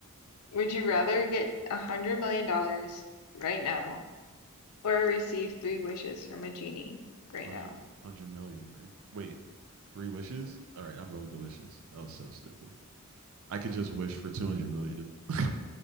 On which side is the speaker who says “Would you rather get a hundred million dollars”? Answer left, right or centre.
Left